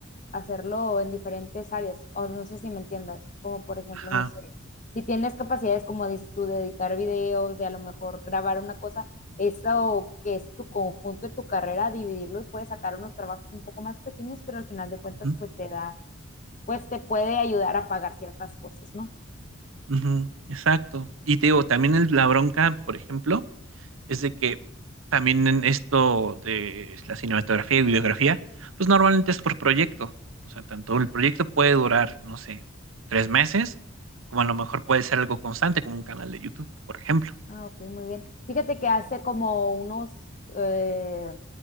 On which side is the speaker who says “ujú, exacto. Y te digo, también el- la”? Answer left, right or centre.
Right